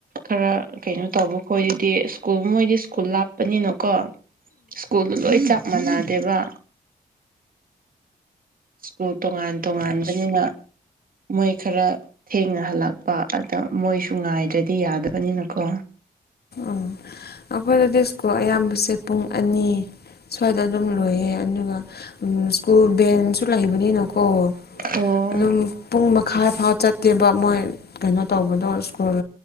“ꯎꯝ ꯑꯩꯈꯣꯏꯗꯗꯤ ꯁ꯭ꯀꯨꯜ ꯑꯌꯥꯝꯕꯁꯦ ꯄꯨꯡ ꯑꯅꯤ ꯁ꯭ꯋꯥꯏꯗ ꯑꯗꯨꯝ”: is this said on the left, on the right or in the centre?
Left